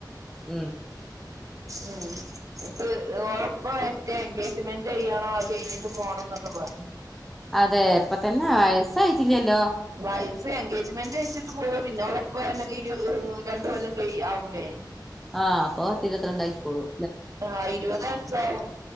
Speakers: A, in the centre; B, on the right (about 45°).
A: ഉം
B: ഉം ഉം ഓളെപ്പഴാ <unintelligible> എൻഗേജ്മെന്റ് ചെയ്യണോ അത് ഇത്‌ പോണം ന്നൊക്കെ പറ
A: അതെ ഇപ്പ തന്നെ വയസ്സായിട്ടില്ലല്ലോ
B: വയസ് എൻഗേജ്മെന്റ് കഴിച്ചിട്ട് പോവും പിന്നെ <unintelligible> രണ്ട് കൊല്ലം കഴി ആവൂലേ
A: ആ അപ്പൊ ഇരുപത്തിരണ്ടായിട്ട് പോവും
B: ആ ഇരുപതെ അഞ്ചാവും